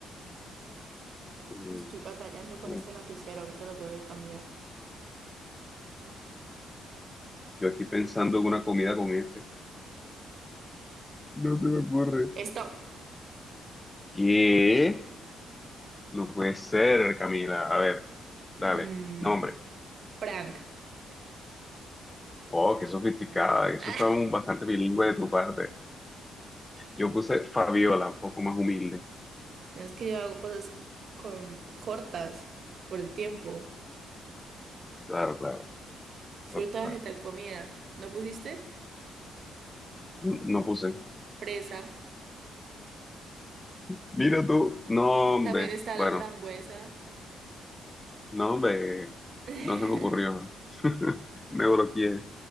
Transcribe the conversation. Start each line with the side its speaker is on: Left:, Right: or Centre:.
Left: Mm,
Right: Estoy batallando con
Left: uh,
Right: este lapicero, ahorita lo tengo que cambiar.
Left: Yo aquí pensando en una comida con F. No se me ocurre.
Right: Stop.
Left: ¿Qué? No puede ser, Camila. A ver, dale,
Right: Mm,
Left: nombre.
Right: Frank.
Left: Oh, qué sofisticada. Eso
Right: <laughs>
Left: está un- bastante bilingüe de tu parte. Yo puse Fabiola, un poco más humilde.
Right: Es que yo hago cosas con cortas por el tiempo.
Left: Claro, claro.
Right: Fruta,
Left: Total.
Right: vegetal, comida. ¿No pusiste?
Left: No, no puse.
Right: Fresa.
Left: Mira tú. No, hombre.
Right: También está
Left: Bueno,
Right: la frambuesa.
Left: no, hombre.
Right: <laughs>
Left: No se me ocurrió. <laughs> Me bloqueé.